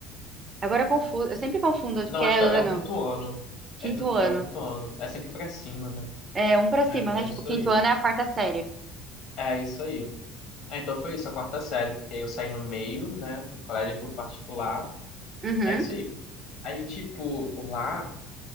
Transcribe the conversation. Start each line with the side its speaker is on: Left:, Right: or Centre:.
Right: Agora eu confundo. Eu sempre confundo, porque
Left: Não,
Right: é
Left: acho que
Right: ano.
Left: é, é o quinto ano.
Right: Quinto
Left: É, quinto,
Right: ano.
Left: é o quinto ano. É sempre pra cima, né?
Right: É um pra cima,
Left: É,
Right: né?
Left: é
Right: Tipo,
Left: isso
Right: quinto
Left: aí.
Right: ano é a quarta série.
Left: É isso aí. É, então foi isso, a quarta série, porque aí eu saí no meio, né, do colégio, eu fui pro particular.
Right: Uhum,
Left: É isso aí. Aí, tipo, lá,